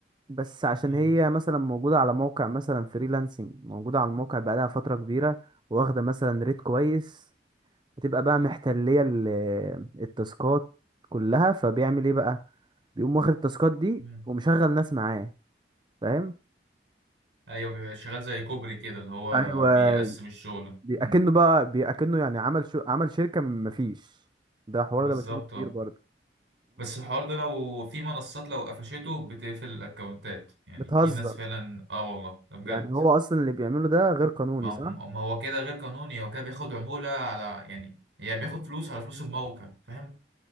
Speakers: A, on the right (about 25°); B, on the right (about 90°).
A: بس عشان
B: امم
A: هي مثلا موجودة على موقع مثلا فريلانسنج موجودة على الموقع بقالها فترة كبيرة واخدة مثلا ريت كويس بتبقى بقى محتلية ال- التاسكات كلها فبيعمل ايه بقى بيقوم واخد التاسكات دي
B: امم
A: ومشغل ناس معاه فاهم
B: ايوه بيبقى شغال زي كوبري كده اللي هو
A: ايوه
B: بيقسم الشغل
A: بي-
B: امم
A: اكنه بقى بي- اكنه يعني عمل شو عمل شركه من مفيش ده حوار
B: بالظبط
A: ده بشوفه كتير
B: اه
A: برضه
B: بس الحوار ده لو في منصات لو قفشته بتقفل الاكونتات يعني
A: وبتهزر
B: في ناس فعلا اه والله ده بجد
A: يعني هو اصلا اللي بيعمله ده غير قانوني
B: ما
A: صح
B: ما هو كده غير قانوني هو كده بياخد عمولة على يعني هي بياخد فلوس على فلوس الموقع فاهم